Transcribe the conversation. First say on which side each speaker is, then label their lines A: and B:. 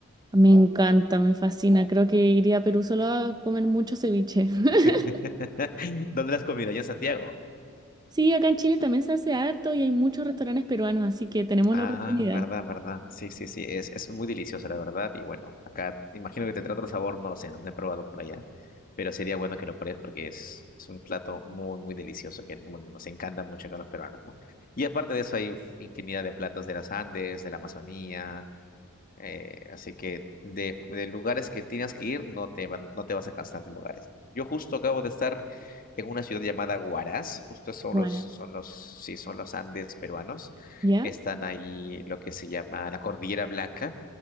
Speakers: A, on the right (about 20°); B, on the left (about 40°).
A: Me encanta, me fascina. Creo que iría a Perú solo a comer mucho ceviche. <laughs>
B: <laughs> ¿Dónde lo has comido? Allá en Santiago.
A: Sí, acá en Chile también se hace harto y hay muchos restaurantes peruanos, así que tenemos
B: Ah,
A: la oportunidad.
B: verdad, verdad. Sí, sí, sí. Es, es muy delicioso, la verdad. Y bueno, acá imagino que tendrá otro sabor, no lo sé, no lo he probado por allá. Pero sería bueno que lo pruebes porque es, es un plato muy, muy delicioso que, bueno, nos encanta mucho acá a los peruanos, ¿no? Y aparte de eso, hay infinidad de platos de las Andes, de la Amazonía Eh, así que de, de lugares que tienes que ir, no te, van- no te vas a cansar de lugares. Yo justo acabo de estar en una ciudad llamada Huaraz, justo son
A: Guaras.
B: los, son los, sí, son los Andes peruanos.
A: ¿Ya?
B: Están ahí lo que se llama la Cordillera Blanca,